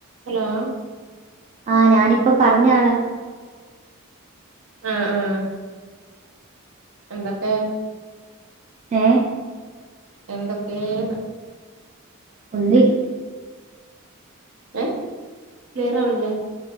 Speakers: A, on the right; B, on the right.
A: Hello
B: ആഹ ഞാനിപ്പ പറഞ്ഞാള്
A: അ ആ.. എന്തൊക്കെ
B: ഏ..
A: എന്തൊക്കെന്ന്
B: ഒന്നുൽ
A: എ ക്ലിയർ ആവ്ണില്ലെ